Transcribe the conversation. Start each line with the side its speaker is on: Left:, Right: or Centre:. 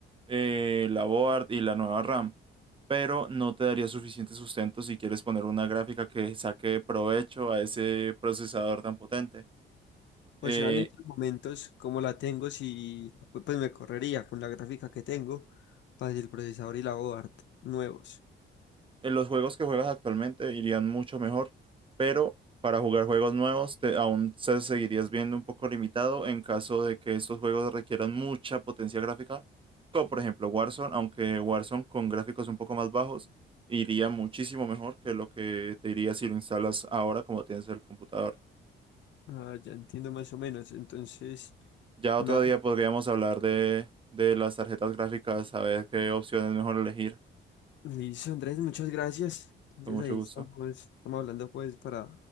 Right: eh, la board y la nueva RAM. Pero no te daría suficiente sustento si quieres poner una gráfica que saque provecho a ese procesador tan potente. Eh,
Left: O sea, en estos momentos, como la tengo, si pues pues me correría con la gráfica que tengo para el procesador y la board nuevos.
Right: en los juegos que juegas actualmente irían mucho mejor, pero para jugar juegos nuevos te, aún se seguirías viendo un poco limitado en caso de que estos juegos requieran mucha potencia gráfica, como por ejemplo Warzone, aunque Warzone con gráficos un poco más bajos iría muchísimo mejor que lo que te iría si lo instalas ahora como tienes el computador.
Left: Ah, ya entiendo más o menos. Entonces,
Right: Ya
Left: nada,
Right: otro día podríamos hablar de, de las tarjetas gráficas, a ver qué opción es mejor elegir.
Left: listo, Andrés, muchas gracias. Entonces
Right: Con mucho
Left: ahí
Right: gusto.
Left: estamos, estamos hablando pues para